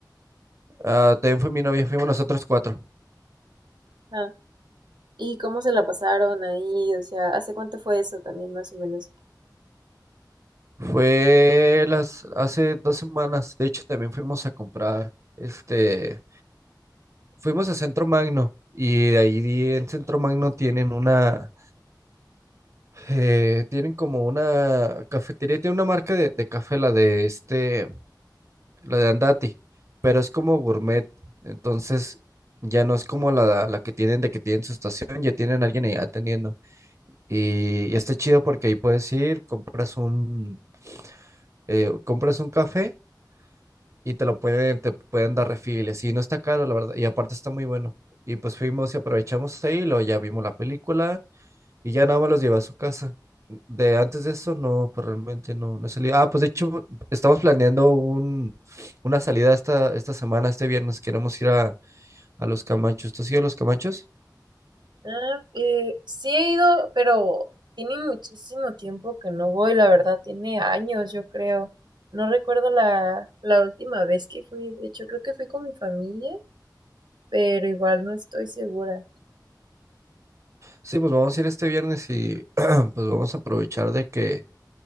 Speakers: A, on the right; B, on the right.
A: ah, también fue mi novia, fuimos nosotros cuatro.
B: Ah, ¿y cómo se la pasaron ahí? O sea, ¿hace cuánto fue eso también, más o menos?
A: Fue las, hace dos semanas, de hecho también fuimos a comprar, este... Fuimos a Centro Magno y de ahí en Centro Magno tienen una, eh, tienen como una cafetería, tiene una marca de, de café, la de este, la de Andati, pero es como gourmet, entonces ya no es como la, la que tienen de que tienen su estación, ya tienen alguien ahí atendiendo. Y, y está chido porque ahí puedes ir, compras un, eh, compras un café y te lo pueden, te pueden dar refill, y así no está caro, la verdad, y aparte está muy bueno. Y pues fuimos y aprovechamos ahí, luego ya vimos la película y ya nada más los llevé a su casa. De antes de eso, no, pues realmente no, no he salido. Ah, pues de hecho, estamos planeando un, una salida esta, esta semana, este viernes. Queremos ir a, a Los Camachos. ¿Tú has ido a Los Camachos?
B: Ah, eh, sí he ido, pero tiene muchísimo tiempo que no voy, la verdad, tiene años, yo creo. No recuerdo la, la última vez que fui, de hecho creo que fui con mi familia, pero igual no estoy segura.
A: Sí, pues vamos a ir este viernes y <clears throat> pues vamos a aprovechar de que